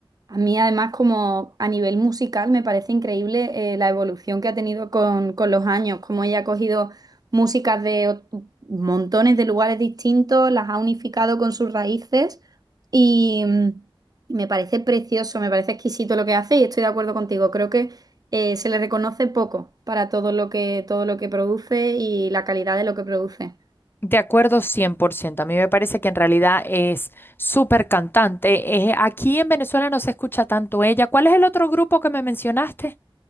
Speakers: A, on the right; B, on the left.
A: A mí además como a nivel musical me parece increíble eh, la evolución que ha tenido con, con los años, como ella ha cogido músicas de ot- montones de lugares distintos, las ha unificado con sus raíces y mm, me parece precioso, me parece exquisito lo que hace y estoy de acuerdo contigo. Creo que eh, se le reconoce poco para todo lo que, todo lo que produce y la calidad de lo que produce.
B: De acuerdo, cien por ciento A mí me parece que en realidad es súper cantante. Eh, aquí en Venezuela no se escucha tanto ella. ¿Cuál es el otro grupo que me mencionaste?